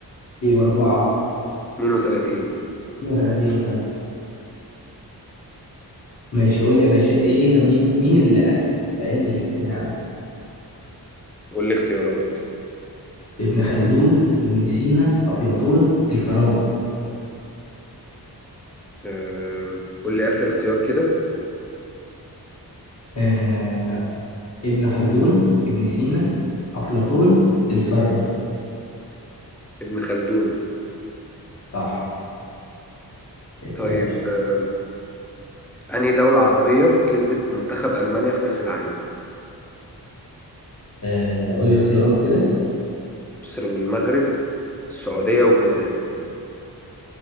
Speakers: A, on the left; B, in the centre.
A: يبقى 4
B: 32
A: 32 ماشي قول لي يا باشا ايه مين مين اللي أسس علم الاجتماع
B: قول لي اختيارات
A: ابن خلدون ابن سينا أفلاطون الفارابي
B: آم، قول لي آخر اختيار كده
A: آه ابن خلدون ابن سينا أفلاطون الفارابي
B: ابن خلدون
A: صح اسأل
B: طيب
A: يا باشا
B: آم، أنهي دولة عربية كسبت منتخب ألمانيا في كأس العالم
A: آه قول لي اختيارات كده
B: مصر والمغرب السعودية والجزائر